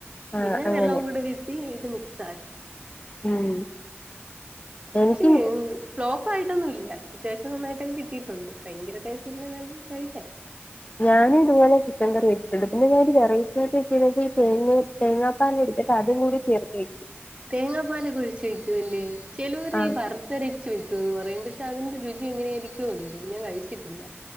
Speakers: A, on the left (about 30°); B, on the right (about 25°).
A: ആഹ്
B: പിന്നെ
A: അങ്ങനെ
B: വെള്ളവും കൂടെ വീത്തി ഇത് മിക്സ് ആക്കും
A: ഉം എനിക്ക്
B: പക്ഷെ ഫ്ലോപ്പ ആയിട്ട് പൊന്നുംല്ല അത്യാവശ്യം നന്നായിട്ടൊക്കെ കിട്ടിയിട്ടുണ്ട് ഭയങ്കര ടേസ്റ്റ് ഇല്ലേലും കഴിക്കാൻ
A: ഞാനും ഇതുപോലെ ചിക്കൻ കറി വച്ചിട്ടുണ്ട് പിന്നെ ഞാൻ ഒരു വെറൈറ്റി ആയിട്ട് വെച്ചത് തേങ്ങ തേങ്ങ എടുത്തിട്ട് അതും കൂടി ചേർത്ത വയ്ക്കു
B: തേങ്ങാപ്പാൽ കുഴിച്ചു വെക്കല്ലേ ചിലര്
A: ആഹ്
B: ഈ വറുത്തരച്ച് വെക്കൂന്ന് പറയും പക്ഷേ പക്ഷ അതിന്റെ രുചി എങ്ങനെയായിരിക്കും എന്തു ഞാൻ കഴിച്ചിട്ടില്ല